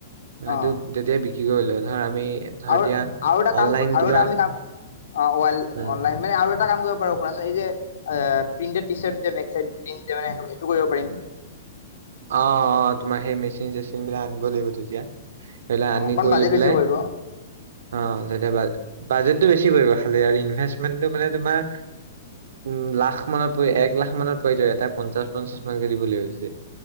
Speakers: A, on the right; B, on the left.
A: মটো
B: অ
A: তেতিয়াাই বিক্ৰী কৰিলে ধৰ আমি ধৰ
B: আৰু
A: এতিয়া
B: আটাা কাম
A: অনলাইন
B: আটাা
A: কিবা
B: আমি কাম অ অনলন
A: উম।
B: মানে আৰু এটা কাম কৰিব পাৰোপোন এই যে প্ৰিন্টেড টি চাৰ সেইটো কৰিব পাৰিম
A: অ তোমাৰ সেই মেচিন চেচিন মিবলেিবতিয়া এইবা
B: অ
A: আনি
B: অকণ
A: কৰি
B: বাজেট
A: লৈ পেলাই
B: বেছি পৰিব অ
A: অ তেতিয়া বাজেটটো বেছি পৰি খালি আৰু ইনভেষ্টমেণ্টটো মানে তোমাৰ উম লাখ মানত এক লাখ মানত প যাব এটা পঞ্চাশ পঞ্চাশ মানকে দিব লাগিব যয়া